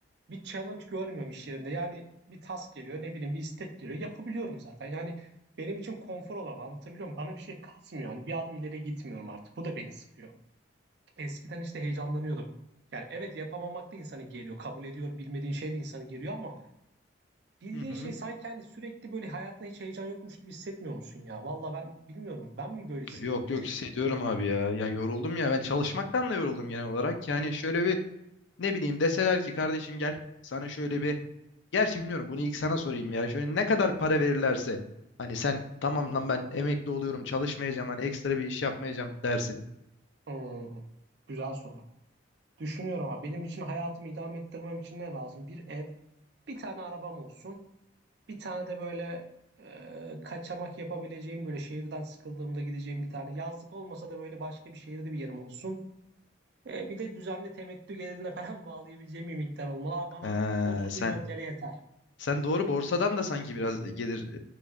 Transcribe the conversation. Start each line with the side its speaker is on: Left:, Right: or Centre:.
Right: bir challenge görmüyorum iş yerinde yani bir task geliyor ne bileyim bir istek geliyor yapabiliyorum zaten yani benim için konfor olan anlatabiliyor muyum bana bir şey kasmıyor yani bir adım ileri gitmiyorum artık bu da beni sıkıyor eskiden işte heyecanlanıyordum yani evet yapamamak da insanı geriyor kabul ediyorum bilmediğin şey de insanı geriyor ama Bildiğin
Left: Hı hı.
Right: şey sanki hani sürekli böyle hayatta hiç heyecan yokmuş gibi hissetmiyor musun ya? Valla ben bilmiyorum. Ben mi böyle hissediyorum
Left: Yok
Right: bir
Left: yok
Right: tek?
Left: hissediyorum abi ya. Ya yoruldum ya ben çalışmaktan da yoruldum genel olarak. Yani şöyle bir ne bileyim deseler ki kardeşim gel sana şöyle bir Gerçi bilmiyorum bunu ilk sana sorayım ya. Şöyle ne kadar para verirlerse hani sen tamam lan ben emekli oluyorum çalışmayacağım hani ekstra bir iş yapmayacağım dersin.
Right: Hmm, güzel soru. Düşünüyorum ama benim için hayatımı idame ettirmem için ne lazım? Bir ev, bir tane arabam olsun. Bir tane de böyle e, kaçamak yapabileceğim böyle şehirden sıkıldığımda gideceğim bir tane. Yazlık olmasa da böyle başka bir şehirde bir yerim olsun. E, bir de düzenli temettü gelirine falan <laughs> bağlayabileceğim bir miktar olmalı. Abi bana
Left: Ee,
Right: 30
Left: sen
Right: milyon TL yeter.
Left: sen doğru borsadan da sanki biraz gelir